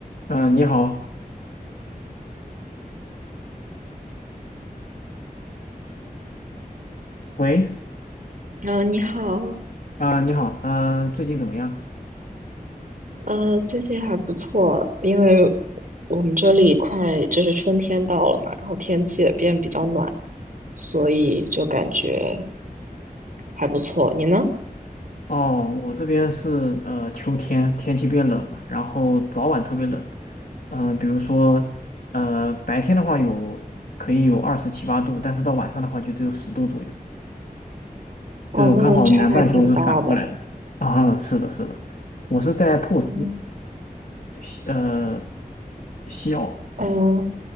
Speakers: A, on the left (about 65°); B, on the right (about 60°).
A: 嗯、呃你好，喂，
B: 嗯，呃你好，
A: 啊、你好，嗯、最近怎么样？
B: 呃，最近还不错，因为我们这里快就是春天到了嘛，然后天气也变比较暖，所以就感觉还不错。你呢？
A: 哦，我这边是呃秋天，天气变冷了，然后早晚特别冷，嗯、比如说呃白天的话有可以有二十七八度，但是到晚上的话就只有十度左右，
B: 哦，
A: 就是我刚好南半球是反过来的啊，
B: 那温差还挺大的。
A: 是的，是的，我是在珀斯，
B: 嗯，
A: 西呃西澳，
B: 呃，